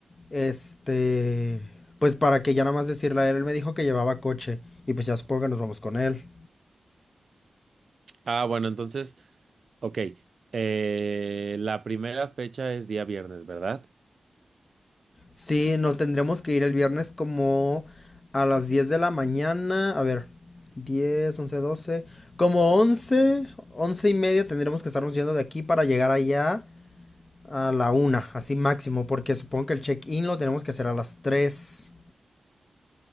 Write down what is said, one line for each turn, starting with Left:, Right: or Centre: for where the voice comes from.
Left: Este, pues para que ya nada más decirle a él, él me dijo que llevaba coche y pues ya supongo que nos vamos con él.
Right: Ah, bueno, entonces, ok. Eh, la primera fecha es día viernes, ¿verdad?
Left: Sí, nos tendremos que ir el viernes como a las 10 de la mañana, a ver, 10 11 doce como once 11 y media tendremos que estarnos yendo de aquí para llegar allá a la una, así máximo, porque supongo que el check-in lo tenemos que hacer a las tres